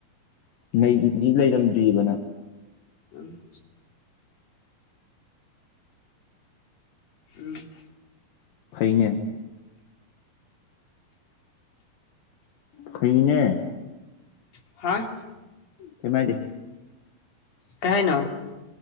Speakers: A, on the left; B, on the left.
A: ꯂꯩꯒꯤꯕꯨꯗꯤ ꯂꯩꯔꯝꯗ꯭ꯔꯤꯑꯕ ꯅꯪ
B: ꯎꯝ ꯎꯝ
A: ꯐꯩꯅꯦ ꯐꯩꯅꯦ
B: ꯍꯥꯥ
A: ꯀꯩꯝ ꯍꯥꯏꯗꯦ
B: ꯀꯩ ꯍꯥꯏꯅꯣ